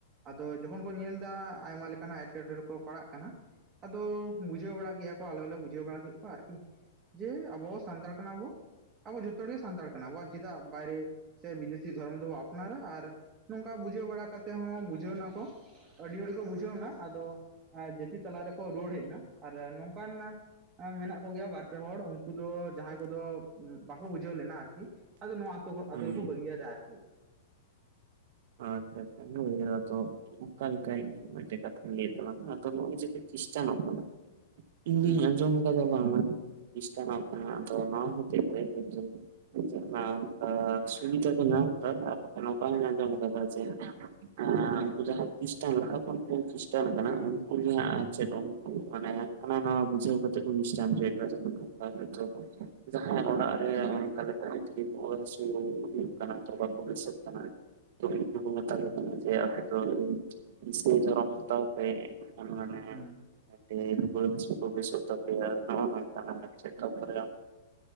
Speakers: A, on the right; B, on the right.
A: ᱟᱫᱚ ᱡᱚᱠᱷᱚᱱ ᱵᱚᱱ ᱧᱮᱞ ᱮᱫᱟ ᱟᱭᱢᱟ ᱞᱮᱠᱟᱱᱟᱜ ᱮᱴᱠᱮᱴᱚᱬᱮ ᱠᱚ ᱯᱟᱲᱟᱜ ᱠᱟᱱᱟ᱾ ᱟᱫᱚ ᱵᱩᱡᱷᱟᱹᱣ ᱵᱟᱲᱟ ᱠᱮᱫ-ᱟ ᱠᱚ ᱟᱞᱮᱦᱚᱸᱞᱮ ᱵᱩᱡᱷᱟᱹᱣ ᱵᱟᱲᱟ ᱠᱮᱫ ᱠᱚᱣᱟ ᱟᱨᱠᱤ ᱡᱮ ᱟᱵᱚ ᱥᱟᱱᱛᱟᱲ ᱠᱟᱱᱟᱵᱚ ᱟᱵᱚ ᱡᱚᱛᱚ ᱦᱚᱲᱜᱮ ᱥᱟᱱᱛᱟᱲ ᱠᱟᱱᱟ ᱵᱚ ᱟᱨ ᱪᱮᱫᱟᱜ ᱵᱟᱭᱨᱮ᱾ ᱥᱮ ᱵᱤᱫᱮᱥᱤ ᱫᱷᱚᱨᱚᱢ ᱫᱚᱵᱚ ᱟᱯᱱᱟᱨᱟ ᱟᱨ ᱱᱚᱝᱠᱟ ᱵᱩᱡᱷᱟᱹᱣ ᱵᱟᱲᱟ ᱠᱟᱛᱮᱫ ᱦᱚᱸ ᱵᱩᱡᱷᱟᱹᱣ ᱮᱱᱟᱠᱚ᱾ ᱟᱹᱰᱤ ᱟ. ᱰᱤ ᱠᱚ ᱵᱩᱡᱷᱟᱹᱣ ᱮᱱᱟ ᱟᱫᱚ ᱡᱟᱹᱛᱤ ᱛᱟᱞᱟ ᱨᱮᱠᱚ ᱨᱩᱣᱟᱹᱲ ᱦᱮᱡ ᱮᱱᱟ ᱟᱨ ᱱᱚᱝᱠᱟᱱᱟ ᱮᱸ ᱢᱮᱱᱟᱜ ᱠᱚ ᱜᱮᱭᱟ ᱵᱟᱨ ᱯᱮ ᱦᱚᱲ ᱩᱱᱠᱩ ᱫᱚ ᱡᱟᱦᱟᱸᱭ ᱠᱚᱫᱚ ᱵᱟᱠᱚ ᱵᱩᱡᱷᱟᱹᱣ ᱞᱮᱱᱟ ᱟᱨᱠᱤ᱾ ᱟᱫᱚ ᱱᱚᱣᱟ ᱟᱛᱩ ᱦᱚᱲ
B: ᱦᱩᱸ
A: ᱟᱹᱫᱟᱹᱭ ᱠᱚ ᱵᱟᱹᱜᱤᱭᱟᱫᱟ ᱟᱨ᱾
B: ᱟᱪᱪᱷᱟ ᱟᱪᱪᱷᱟ <inaudible> ᱛᱚ, ᱚᱱᱠᱟ ᱞᱮᱠᱟᱭ ᱢᱤᱫᱴᱮᱡ ᱠᱟᱛᱷᱟᱧ ᱞᱟᱹᱭ ᱛᱟᱞᱟᱝᱼᱟ ᱟᱫᱚ ᱱᱚᱜᱼᱚᱭ ᱡᱮ ᱯᱮ ᱠᱷᱤᱥᱪᱟᱱᱚᱜ ᱠᱟᱱᱟ᱾ ᱤᱧ ᱫᱩᱧ
A: ᱦᱩᱸ
B: ᱟᱸᱡᱚᱢ ᱟᱠᱟᱫᱟ ᱵᱟᱝ ᱢᱟ ᱡᱚᱛᱚ ᱯᱮ ᱠᱷᱤᱥᱪᱟᱱᱚᱜ ᱠᱟᱱᱟ ᱟᱫᱚ ᱱᱚᱣᱟ ᱦᱚᱛᱮᱛ ᱛᱮ <inaudible> ᱡᱟᱸᱦᱟ ᱞᱮᱠᱟ ᱥᱩᱵᱤᱫᱷᱟ ᱠᱚ ᱧᱟᱢ ᱟᱠᱟᱫᱟ, ᱟᱯᱮ ᱥᱮᱱ ᱱᱚᱝᱠᱟ ᱦᱩᱧ ᱟᱸᱡᱚᱢ ᱟᱠᱟᱫᱟ ᱾ <inaudible> ᱩᱱᱠᱩ ᱡᱟᱸᱦᱟᱭ ᱠᱷᱤᱥᱴᱟᱱ ᱨᱟᱠᱟᱵ ᱠᱟᱛᱮ ᱠᱩ ᱠᱷᱤᱥᱴᱟᱱ ᱟᱠᱟᱱᱟ,
A: ᱦᱩᱸ
B: ᱩᱱᱠᱩ ᱚᱱᱮ ᱱᱟᱜ ᱪᱮᱫ <inaudible> ᱢᱟᱱᱮ ᱦᱟᱱᱟ ᱱᱟᱣᱟ ᱵᱩᱡᱷᱟᱹᱶ ᱠᱟᱛᱮ ᱠᱚ ᱠᱷᱤᱥᱴᱟᱱ ᱦᱚᱪᱚ ᱭᱮᱫ ᱠᱚᱣᱟ ᱯᱨᱟᱭᱵᱷᱮᱴ ᱨᱮ ᱡᱟᱦᱟᱸᱭ ᱚᱲᱟᱜ ᱨᱮ ᱚᱱᱠᱟ ᱞᱮᱠᱟ ᱱᱤᱛ ᱜᱮ ᱨᱩᱣᱟᱹ ᱦᱟᱹᱥᱩ ᱦᱩᱭᱩᱜ ᱠᱟᱱᱟ ᱛᱚᱵᱮ ᱠᱚ ᱵᱮᱥᱚᱜ ᱠᱟᱱᱟ᱾ ᱩᱱᱠᱩ ᱠᱚ ᱢᱮᱛᱟ
A: ᱦᱩᱸ
B: ᱞᱮ ᱠᱟᱱᱟ ᱡᱮ ᱟᱯᱮ ᱫᱚ ᱤᱥᱟᱹᱭ ᱫᱷᱚᱨᱚᱢ ᱦᱟᱛᱟᱣ, <inaudible> ᱢᱟᱱᱮ,
A: ᱦᱩᱸ
B: <inaudible> ᱨᱩᱣᱟᱹ ᱦᱟᱹᱥᱩ ᱠᱚ ᱵᱮᱥᱚᱜ ᱛᱟᱯᱮᱭᱟ <inaudible>